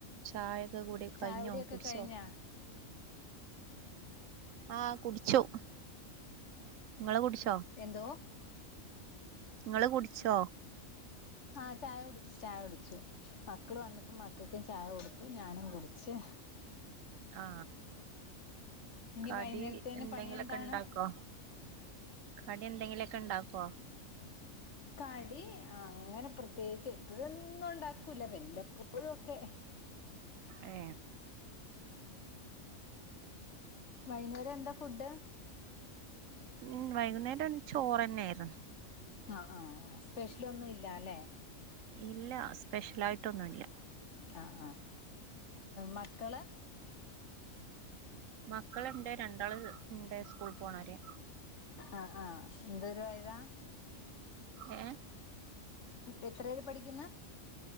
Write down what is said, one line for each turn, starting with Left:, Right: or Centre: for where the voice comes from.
Right: ചായ <unintelligible> ഇ <inaudible> കൂടെ കഴിഞ്ഞോ
Left: ചായകുടിയൊക്കെ
Right: കുടിച്ചോ
Left: കഴിഞ്ഞാ
Right: ആ കുടി <unintelligible> ടിച്ചു നിങ്ങളെ കുടി <unintelligible>
Left: എന്തോ
Right: ഇങ്ങള് കുടിച്ചോ
Left: ആ ചായ കുടിച്ചു ചായ കുടിച്ചു മക്കള് വന്നപ്പോ മക്കൾക്കും ചായ കൊടുത്തു ഞാനും കുടിച്ച്
Right: ആ
Left: ഇനി
Right: കടി
Left: വൈകുന്നേരത്തേന്
Right: എന്തെങ്കിലൊക്കെ
Left: പണി എന്താണ്
Right: ഇണ്ടാക്കോ കടി എന്തെങ്കിലുമൊക്കെ ഇണ്ടാക്കുവോ
Left: കടി അങ്ങനെ പ്രത്യേകിച്ച് എപ്പോഴും ഒന്നും ഉണ്ടാക്കൂല വല്ലപ്പോഴും ഒക്കെ
Right: എ
Left: വൈകുന്നേരം എന്താ ഫുഡ്
Right: ഉ വൈകുന്നേരം ചോറ്ന്നെ ആയിരുന്നു
Left: ആ ആ സ്പെഷ്യൽ ഒന്നും ഇല്ല അല്ലേ
Right: ഇല്ല സ്പെഷ്യലായിട്ടൊന്നുംല്ല
Left: ആആ മക്കള്
Right: മക്കളുണ്ട് രണ്ടാള ഉണ്ട് സ്കൂള പോകണര്
Left: ആ ആ എന്തരു വയതാ
Right: ഏഏ
Left: <inaudible> പഠിക്കുന്ന